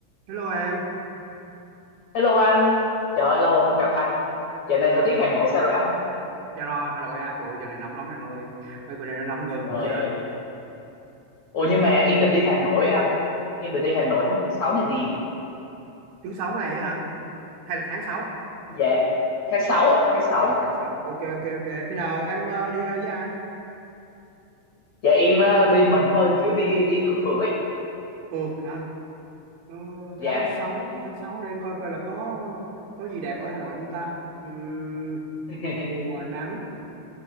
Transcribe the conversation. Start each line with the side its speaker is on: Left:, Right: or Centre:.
Right: Hello em,
Left: Hello anh, trời ơi, lâu rồi không gặp anh. Giờ này
Right: ừ.
Left: thời tiết Hà Nội sao rồi anh?
Right: Dạ rồi, Hà Nội à, trời ơi, giờ này nóng lắm em ơi, mấy bữa nay nó nóng gần
Left: Trời
Right: chết.
Left: ơi. Ủa nhưng mà em định đi Hà Nội á anh. Em định đi Hà Nội tháng sáu này nè.
Right: Thứ sáu này á hả? Hay là tháng sáu
Left: Dạ. Tháng 6 ạ, tháng 6.
Right: Ờ, tháng sáu ok ok ok, khi nào em ờ, đi ra với ai?
Left: Dạ em ờ, đi mình thôi, kiểu đi đi phượt phượt ấy.
Right: Phượt hả? Ừ,
Left: Dạ.
Right: tháng sáu tháng sáu để em coi coi là có có gì đẹp ở Hà Nội không ta? Ừm,
Left: <laughs>
Right: mùa nắng,